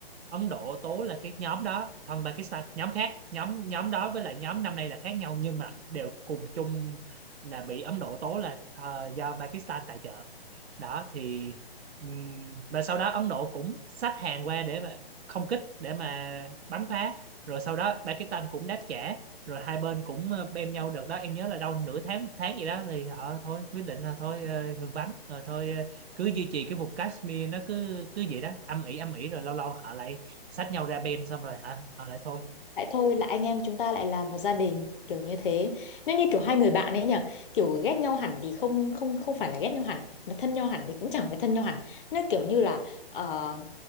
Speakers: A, on the right; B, on the left.
A: Ấn Độ Tố là cái nhóm đó còn Pakistan nhóm khác nhóm nhóm đó với lại nhóm năm nay là khác nhau nhưng mà đều cùng chung là bị Ấn Độ Tố là ờ, do Pakistan tài trợ đó thì ừm, và sau đó Ấn Độ cũng xách hàng qua để mà không kích để mà bắn phá rồi sau đó Pakistan cũng đáp trả rồi hai bên cũng ờ, bem nhau được đó em nhớ là đâu nửa tháng một tháng gì đó thì họ thôi quyết định là thôi ờ, ngừng bắn rồi thôi ờ, cứ duy trì cái vùng Kashmir nó cứ cứ vậy đó âm ỉ âm ỉ rồi lâu lâu họ lại xách nhau ra bem xong rồi hả họ lại thôi
B: Lại thôi là anh em chúng ta lại làm một gia đình kiểu như thế. Nếu như kiểu hai người bạn ấy nhỉ, kiểu ghét nhau hẳn thì không không không phải là ghét nhau hẳn mà thân nhau hẳn thì cũng chẳng phải thân nhau hẳn. Nó kiểu như là ờ,